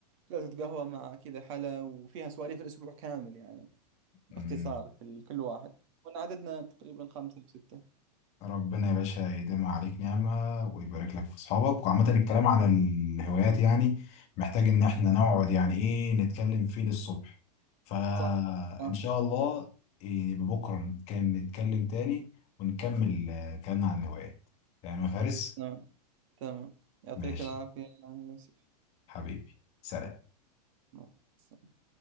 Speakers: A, on the right; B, on the left.
A: جلسة قهوة مع كذا حلا وفيها سواليف الأسبوع كامل يعني باختصار
B: امم
A: في ال- كل واحد كنا عددنا تقريبا خمسة أو ستة
B: ربنا يا باشا يديم عليك نعمة ويبارك لك في أصحابك وعامة الكلام على الهوايات يعني محتاج إن إحنا نقعد يعني إيه نتكلم فيه للصبح فإن
A: صح؟ آه.
B: شاء الله إيه بكرة نتكلم نتكلم تاني ونكمل آه، كلامنا عن الهوايات تمام يا فارس
A: تمام تمام يعطيك
B: ماشي
A: العافية يا يوسف
B: حبيبي سلام
A: مع السلامة.